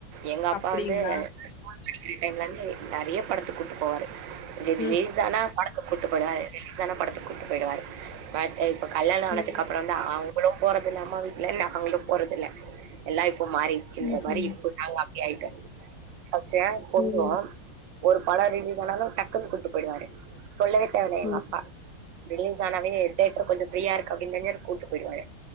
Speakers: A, on the right; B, on the left.
A: எங்க அப்பா
B: அப்டிங்களா
A: வந்து <unintelligible> <unintelligible> டைம்லருந்து நெறைய படத்துக் கூப்ட்டு போவாரு கொஞ்ச ரிலீஸ்
B: ம்
A: ஆனா படத்துக் கூப்ட்டு போய்டுவாரு ரிலீஸ் ஆனா படத் கூப்ட்டு போய்டுவாரு <unintelligible> இப்ப கல்யானோ ஆன
B: ம்
A: த்துக்கப்புறந்தா அவுங்ளு போறதில்ல அம்மா வீட்ல நாங்களு போறதில்ல எல்லா இப் ப மாறிச்சின்ற
B: ம்ஹ்ம்
A: மாறி இப் நாங்க அப் டி ஆயிட்டோ ஃபஸ்ட்ல்லா போய்டுவோ
B: ம்
A: ஒரு படோ ரிலீஸ் ஆனாலு டக்குன்னு கூப்ட்டு போய்டுவாரு சொல்லவே தேவல எங்க
B: ம்
A: அப்பா ரிலீஸ் ஆனாவே தேட்டர் கொஞ்ச ஃரீயா இருக் கு அப்படின் தெஞ்சாலே கூப்ட்டு போயிடுவாங்க